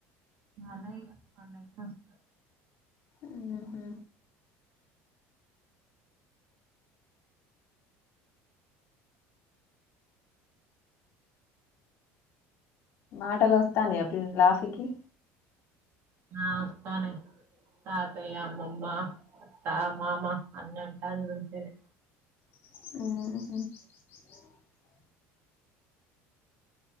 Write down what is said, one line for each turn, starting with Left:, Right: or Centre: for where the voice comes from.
Right: అదే ఇగ పండక్కి వస్తా
Left: ఆహా మాటలు వస్తాను అప్పుడు ఫీకి
Right: నాస్తానే తాతయ్య అమ్మమ్మ అత్త మామ అన్నంటా అ ను మంచించి
Left: ఆహ